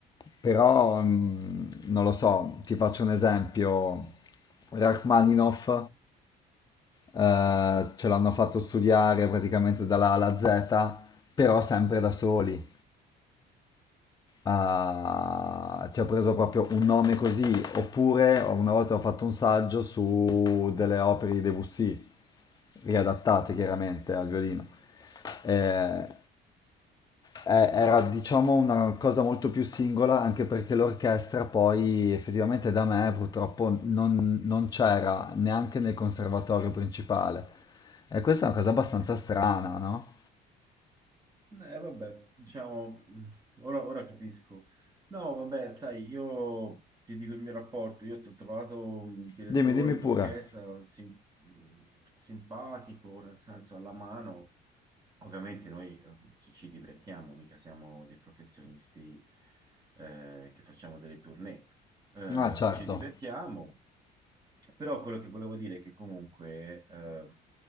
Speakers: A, on the left (about 25°); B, on the right (about 25°).
A: però, mm, non lo so, ti faccio un esempio. Rachmaninoff eh, ce l'hanno fatto studiare praticamente dalla A alla Z, però sempre da soli. Ah,
B: Mm.
A: ti ho preso proprio un nome così, oppure una volta ho fatto un saggio su delle opere di Debussy, riadattate chiaramente al violino. Eh, eh, era diciamo una cosa molto più singola, anche perché l'orchestra poi effettivamente da me purtroppo non, non c'era neanche nel conservatorio principale. E questa è una
B: Mm.
A: cosa abbastanza strana, no?
B: Eh, vabbè, diciamo, mh, ora, ora capisco. No, vabbè, sai, io ti dico il mio rapporto, io ho trovato un direttore
A: Dimmi, dimmi pure.
B: d'orchestra sim- mh, simpatico, nel senso alla mano. Ovviamente noi eh, ci, ci divertiamo, mica siamo dei professionisti eh, che facciamo delle tournée. Eh,
A: Ah, certo.
B: ci divertiamo, però quello che volevo dire è che comunque eh,